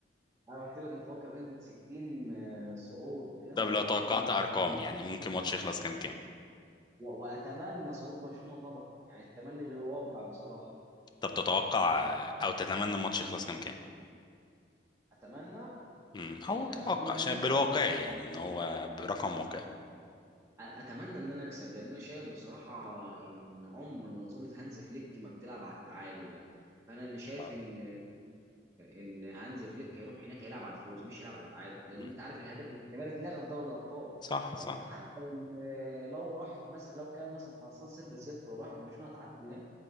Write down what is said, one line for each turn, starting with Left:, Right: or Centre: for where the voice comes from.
Right: انا قلت لك متوقع بنسبه 60 آه، صعود
Left: <laughs>
Right: انتر
Left: طب لو توقعت
Right: 40 برشلونه
Left: ارقام يعني ممكن ماتش يخلص كام كام
Right: و- واتمنى صعود برشلونه طبعا يعني التمني غير الواقع بصراحه
Left: طب تتوقع آه، او تتمنى الماتش يخلص كام كام
Right: اتمنى
Left: مم،
Right: يعني
Left: او توقع
Right: انا اتمنى
Left: عشان بالواقعي يعني ان هو برقم واقعي
Right: اتمنى ان انا اكسب لان انا شايف بصراحه ان عمر منظومه هانز فليك ما بتلعب على التعادل يعني فانا انا شايف
Left: آه.
Right: ان ان هانز فليك هيروح هناك هيلعب على الفوز مش هيلعب على التعادل لان
Left: مم.
Right: انت عارف الهدف الاجتماعي اتلغى في دوري الابطال
Left: صح
Right: فحتى
Left: صح
Right: ال- لو راحت مثلا لو كان مثلا خلصان 0 0 وراحت برشلونه تعدي هناك